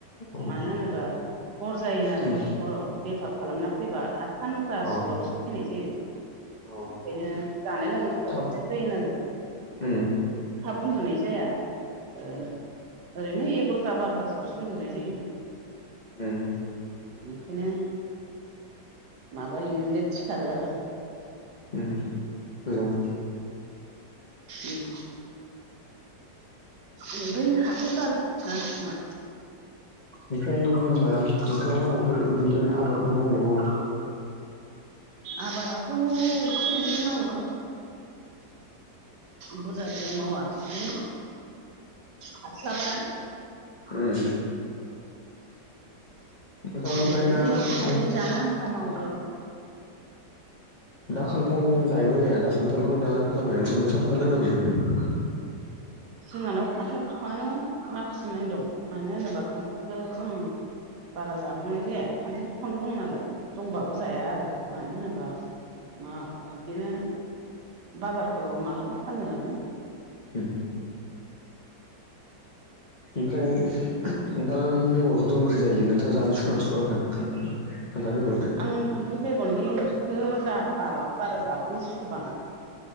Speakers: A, on the left; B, on the right.
A: अ
B: मानो होनोबा हर जायो नालाय
A: उम
B: हराव। बेफार खालामना फैबा आदथा नथासोआवसो
A: अ
B: फैनाय जायो।
A: अ
B: ओंखायनो जानाय लोंनायफ्राव
A: थाब
B: बिदि जायो नालाय
A: उम
B: हा उन्दुनाय जाया ओ
A: उम
B: ओरैनो एगार'था बार'थासोआवसो उन्दुनाय जायो।
A: उम
B: ओंखायनो माबायो लेट सिखारो आरो।
A: उम मोजां
B: उम ओमफ्राय हाथाय बारा मा
A: ओमफ्राय जेनेबा नोंथां लामाफोर बिदिनो आबादफोर मावगोनना मावा?
B: आबादाथ' एसे एनै मावो बुरजाब्राय मावा बिदिनो हास्लाबाना
A: उम नोंथां ओमफ्राय
B: ओरैनो
A: दा
B: एसे
A: खाम
B: एनै जानो आन्था मावो आरो
A: दा खान्थाल जायो ना जाया दा खान्थालखौ दा जाबाय नोंसानाव स खान्थाल दोंना गैया?
B: जोंहानाव खान्थाल बिफाङानो माखासेमानि दं। मानो होनोबा खान्थालखौ जों बारा जाबांनाय जाया खान्थाल बिफां दं नालाय। दंबाबो
A: उम
B: जाया आरो मानो होनोबा मा बिदिनो बाजारफोराव मालाबा फाननो लाङो।
A: ओ
B: <inaudible>
A: ओमफ्राय खान्थाल बेगरखौथ' ओंख्रि जायोलै नोंथाङा जानो सुखुयोना सुखुवा? खान्थाल बेगर
B: आं खान्थाल बेगरनि ओंख्रिखौ जा बाबा बारा जाबांनो सुखुबाङा